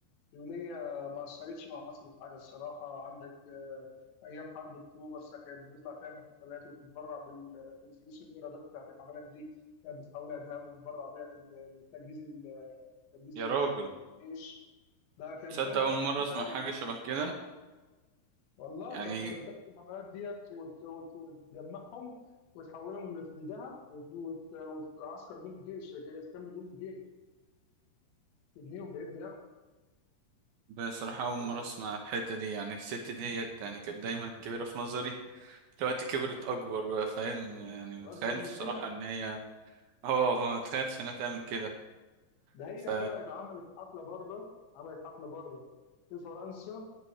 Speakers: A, on the left; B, on the right.
A: اليومية ما أثرتش مع مصر في حاجة الصراحة عندك آه، أيام حرب أكتوبر سا- كانت بتطلع تعمل حفلات وتتبرع بال- بالفلوس الإيرادات بتاعت الحفلات دي كانت بتحولها ذهب وتتبرع بيها لل- لتجهيز ال- تجهيز
B: يا
A: ال-
B: راجل
A: ال- الجيش ده كانت
B: تصدق
A: بتعمل
B: اول
A: حاجات
B: مرة
A: كتير
B: اسمع
A: أوي
B: حاجة شبه كده
A: والله
B: يعني
A: كانت بتعمل الحفلات ديت وت- وت- وتجمعهم وتحولهم لذهب وت- وت- وتعسكر بيهم الجيش تكمل بيهم الجيش تبنيهم تعد لا
B: بصراحة اول
A: يعني
B: مرة اسمع الحتة دي يعني الست ديت يعني كانت دايما كبيرة في نظري دلوقتي كبرت اكبر بقى فاهم يعني متخيلتش
A: أكبر من
B: بصراحة
A: كده
B: ان هي اه متخيلتش انها تعمل كده
A: ده هي
B: ف
A: طلعت عملت حفله بره عملت حفله بره في فرنسا